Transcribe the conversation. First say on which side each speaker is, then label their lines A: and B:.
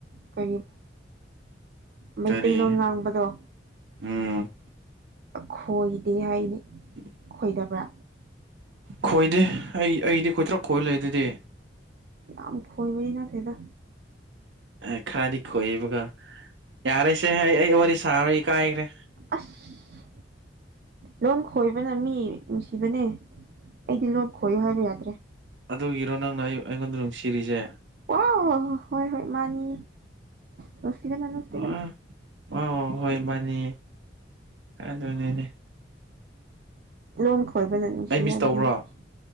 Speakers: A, on the right; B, on the right.
A: ꯀ ꯃꯩꯇꯩꯂꯣꯟ
B: ꯀꯔꯤ
A: ꯉꯥꯡꯕꯗꯣ
B: ꯎꯝ
A: ꯈꯣꯏꯗꯤ ꯍꯥꯏꯅꯦ
B: <unintelligible>
A: ꯏꯗꯔ ꯄ
B: ꯈꯣꯏꯗꯦ ꯑꯩ ꯑꯩꯗꯤ ꯀꯣꯏꯇ꯭ꯔꯛ ꯈꯣꯏꯂ ꯑꯗꯨꯗꯤ
A: ꯌꯥꯝ ꯌꯥꯝ ꯐꯣꯏꯕꯅꯤꯅ ꯊꯗ
B: ꯑ ꯈꯔꯗꯤꯈꯣꯏꯕꯒ ꯌꯥꯔꯦꯁꯦ ꯍ ꯑꯩ ꯋꯥꯔꯤ ꯁꯥꯔꯣꯏ ꯀꯥꯏꯈ꯭ꯔꯦ
A: ꯑꯁ ꯂꯣꯟ ꯈꯣꯏꯕꯅ ꯃꯤ ꯅꯨꯡꯁꯤꯕꯅꯦ ꯑꯩꯗꯤ ꯂꯣꯟ ꯈꯣꯏꯌꯨ ꯍꯥꯏꯕ ꯌꯥꯗꯦ
B: ꯑꯗꯨꯒꯤꯔꯣ ꯅꯪꯅ ꯑꯩ ꯑꯩꯉꯣꯟꯗ ꯅꯨꯡꯁꯤꯔꯤꯁꯦ
A: ꯑꯣ ꯍꯣꯏ ꯍꯣꯏ ꯃꯥꯅꯤ ꯄ ꯁꯤꯒ ꯅꯁꯤꯒ
B: ꯑ ꯍꯣꯏ ꯃꯥꯅꯤ ꯑꯗꯨ ꯑꯗꯨꯅꯦ
A: ꯂꯣꯟ ꯈꯣꯏꯕꯅ ꯅꯨꯡꯁꯤ
B: ꯑꯩ ꯃꯤꯁ
A: ꯍꯥꯏꯕꯗꯨ
B: ꯇꯧꯕ꯭ꯔꯣ
A: ꯁꯤ